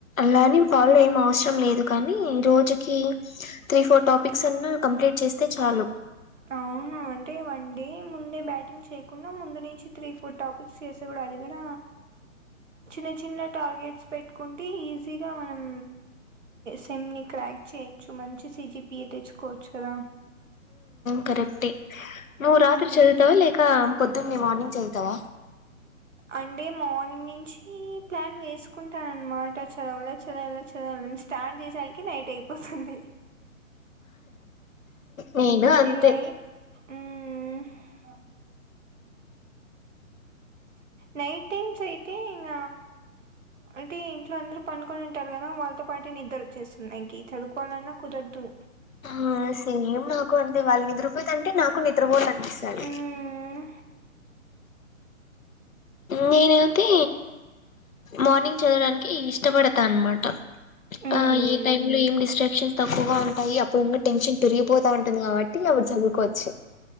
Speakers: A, on the left; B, on the right.
A: లాని ఫాల్ ఏం అవసరం లేదు కానీ రోజుకి త్రీ ఫోర్ టాపిక్స్ అన్న కంప్లీట్ చేస్తే చాలు
B: అవును అంటే వన్ డే ముందే బ్యాటింగ్ చేయకుండ ముందు నుంచి త్రీ ఫోర్ టాపిస్ చేసి కూడ అది గుడ చిన్న చిన్న టార్గెట్స్ పెట్టుకుంటే ఈజీగా మనం సెమ్ ని క్రాక్ చేయొచ్చు మంచి సీజీపిఏ తెచ్చుకోవచ్చు కద
A: కరెక్టే నువ్వు రాత్రి
B: మ్మ్.
A: చదువుతావ లేక పొద్దున్న మార్నింగ్ చదువుతావ
B: అంటే మార్నింగ్ నుంచి ప్లాన్ వేసుకుంటా అనమాట చదవల చదవల చదవాల స్టార్ట్ చేసాలకి నైట్ అయిపోతుంది
A: నేను అంతే
B: నిన్న నైట్ నై టైమ్స్ అయితే ఇంగ అంటే ఇంట్లో అందరు పనుకొనింటారు కద వాళ్ళతో పాటు నిద్రో చేస్తున్నాయి ఇంక చదుకోవాలన్నా కుదరదు
A: ఆ సేమ్ నాకు అంతే వాళ్ళు నిద్రపోతంటే నాకు నిద్రపోలనిపిస్తది
B: ఉమ్
A: నేనైతే మార్నింగ్ చదవడానికి ఇష్టపడత అనమాట
B: ఉమ్
A: ఆ ఏ టైమ్ లో ఏం డిస్ట్రాక్షన్స్ తక్కువగా ఉంటాయి అప్పుడుంకా టెన్షన్ పెరిగిపోతా ఉంటుంది కాబట్టి అప్పుడు చదువుకోవచ్చు